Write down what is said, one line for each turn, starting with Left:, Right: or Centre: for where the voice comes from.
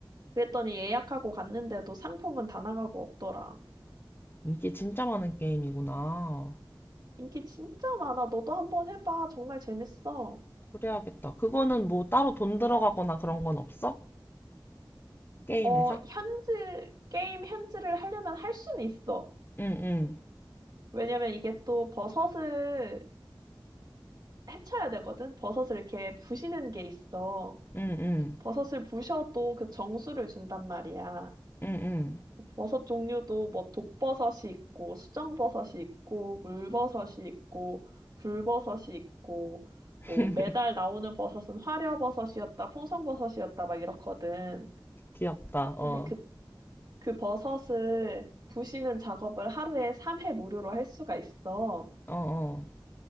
Right: 그랬더니 예약하고 갔는데도 상품은 다 나가고 없더라.
Left: 인기 진짜 많은 게임이구나.
Right: 인기 진짜 많아. 너도 한번 해봐. 정말 재밌어.
Left: 그래야겠다. 그거는 뭐 따로 돈 들어가거나 그런 건 없어? 게임에서?
Right: 어, 현질, 게임 현질을 하려면 할 수는 있어.
Left: 응, 응,
Right: 왜냐면 이게 또 버섯을 해쳐야 되거든. 버섯을 이렇게 부시는 게 있어.
Left: 응, 응.
Right: 버섯을 부셔도 그 정수를 준단 말이야.
Left: 응, 응.
Right: 버섯 종류도 뭐 독버섯이 있고 수정버섯이 있고 물버섯이 있고 불버섯이 있고 뭐
Left: <laughs>
Right: 매달 나오는 버섯은 화려버섯이었다, 풍성버섯이었다 막 이렇거든.
Left: 귀엽다. 어,
Right: 근데 그, 그 버섯을 부시는 작업을 하루에 3회 무료로 할 수가 있어.
Left: 어, 어.